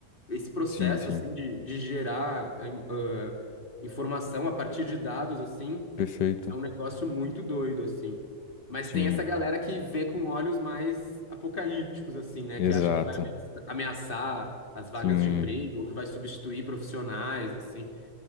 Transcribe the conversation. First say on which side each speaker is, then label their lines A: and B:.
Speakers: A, on the left; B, on the left.
A: esse processo,
B: Sim, sim.
A: assim, de, de gerar em- ah, informação a partir de dados, assim,
B: Perfeito.
A: é um negócio muito doido, assim. Mas
B: Sim,
A: tem essa galera que vê com olhos mais apocalípticos, assim, né,
B: exato.
A: que acha que vai ameaça- ameaçar as vagas
B: Sim.
A: de emprego, ou que vai substituir profissionais, assim.